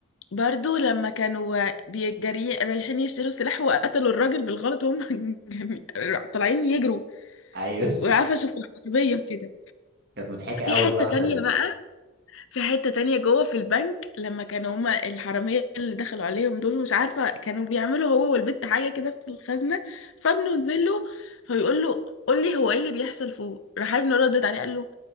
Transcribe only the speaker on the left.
برضو لما كانوا بيجري رايحين يشتروا سلاح وقتلوا الراجل بالغلط وهم <laughs> طالعين يجروا
وقفشوا في العربية كده
في حتة
تانية
بقى في حتة تانية جوه في البنك لما كانوا هما الحرامية اللي دخلوا عليهم دول مش عارفة كانوا بيعملوا هو والبت حاجة كده في الخزنة فابنه نزل له فبيقول له قول لي هو ايه اللي بيحصل فوق راح ابنه ردد عليه قال له